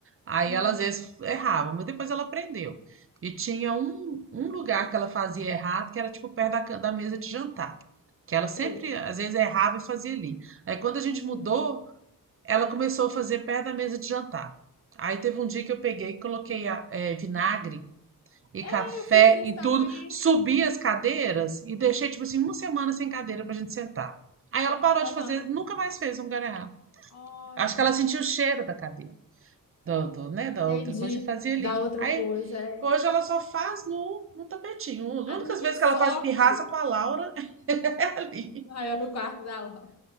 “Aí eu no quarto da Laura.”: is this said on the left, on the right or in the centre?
Left